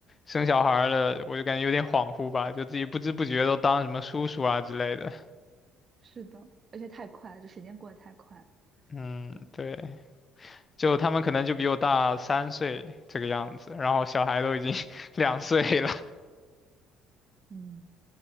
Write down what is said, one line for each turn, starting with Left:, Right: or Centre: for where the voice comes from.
Left: 生小孩了，我就感觉有点恍惚吧，就自己不知不觉都当什么叔叔啊之类的。
Right: 是的，而且太快了，这时间过得太快了。
Left: 嗯，
Right: 对，
Left: 对，就他们可能就比我大三岁这个样子，然后小孩都已经 <laughs> 两岁了，
Right: 嗯，